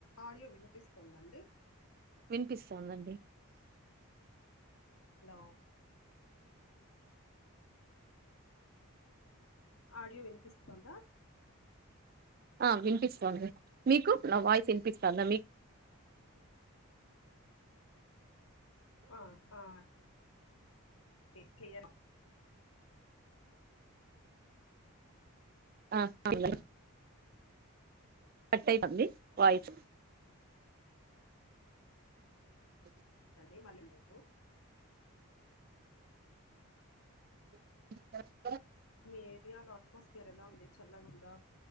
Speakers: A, on the left; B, on the right.
A: Audio వినిపిస్తోందండి
B: వినిపిస్తుందండి
A: hello audio వినిపిస్తుందా
B: ఆ వినిపిస్తుంది. మీకు నా వాయిస్ వినిపిస్తుంద మీకు
A: ఆ ఆ ఓకే క్లియర్ గ్
B: ఆ ఆ పిల్లలు కట్ అయితంది వాయిస్ ఉమ్
A: అండి మళ్ళీ మేము
B: <unintelligible>
A: మీ ఏరియాలో అట్మాస్పియర్ ఎలా ఉంది. చల్లగా ఉందా